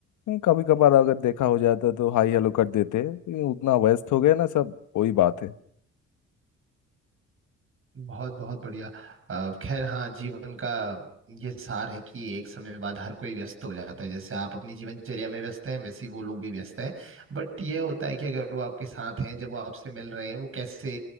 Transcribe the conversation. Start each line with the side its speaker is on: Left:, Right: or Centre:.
Left: नहीं, कभी कभार अगर देखा हो जाता तो हाई हेलो कर देते हैं, लेकिन उतना व्यस्त हो गए ना सब वही बात है
Right: बहुत बहुत बढ़िया अ, खैर हाँ जीवन का ये सार है कि एक समय बाद हर कोई व्यस्त हो जाता है जैसे आप अपनी जीवनचर्या में व्यस्त हैं वैसे ही वो लोग भी व्यस्त हैं बट ये होता है कि अगर वो आपके साथ हैं जब वो आपसे मिल रहे हैं वो कैसे